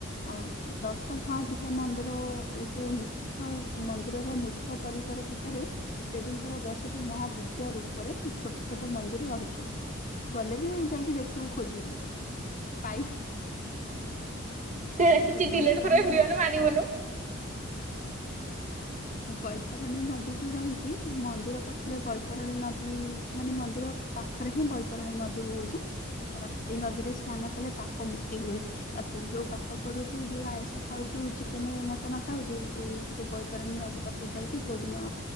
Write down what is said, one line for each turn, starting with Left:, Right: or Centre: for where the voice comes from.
Left: ଆଉ ଦଶ ଭହାବଦ୍ୟା ମନ୍ଦିର ଏ ଯୋଉ ମୁ ହଉ ମନ୍ଦିରର ମୁଖ୍ୟ ପରିସର ଭିତରେ ଦେବୀଙ୍କର ଦଶଟି ମହାବିଦ୍ୟା ରୂପରେ ଛୋଟ ଛୋଟ ମନ୍ଦିର ରହିଛି। ଗଲେ ବି ଯାଇକି ଦେଖିବୁ ଖୋଜିବୁ ପାଇବ
Right: ସେ ଲେଖିଛି
Left: ଯୋଉ
Right: ଡିଲେଟ
Left: ବୈତରଣୀ
Right: ଫର୍ ଏଭ୍ରିୱାନ୍ ମାରିବୁନୁ।
Left: ବୈତରଣୀ ନଦୀ ଯୋଉ ରହିଛି ମନ୍ଦିର ପାଖରେ ବୈତରଣୀ ନଦୀ ମାନେ ମନ୍ଦିର ପାଖରେ ହିଁ ବୈତରଣୀ ନଦୀ ବହୁଛି। ଅ ଏଇ ନଦୀରେ ସ୍ନାନ କଲେ ପାପ ମୁକ୍ତି ହୁଏ। ଆଉ ତୁ ଯୋଉ ପାପ କରୁଛୁ ଯୋଉ ଆଇଁଷ ଖାଉଛୁ ଚିକେନ ମଟନ ଖାଉଛୁ ଏଇ ଯୋଉ ବୈତରଣୀ ନଦୀ ପାଖକୁ ଯାଇକି କୋଉ ଦିନ